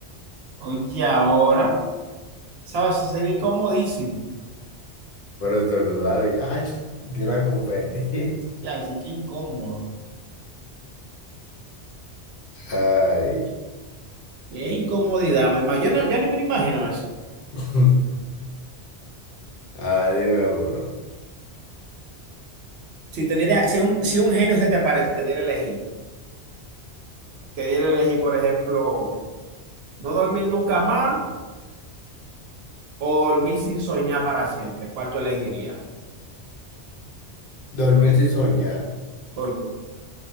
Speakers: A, on the right; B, on the left.
A: Oye, ahora, ¿sabes? Sería incomodísimo.
B: Pero estornudar y, ¡ay! y tirar confeti.
A: Ya, che, qué incómodo.
B: <laughs> Ay.
A: Qué incomodidad, mi hermano. Yo no, ya ni me lo imagino eso.
B: <laughs> A ver, dime uno.
A: Si te diera, si un, si un genio se te aparece y te diera a elegir, te diera a elegir, por ejemplo, no dormir nunca más o dormir sin soñar para siempre, ¿cuál tú elegirías?
B: Dormir sin soñar.
A: Todo-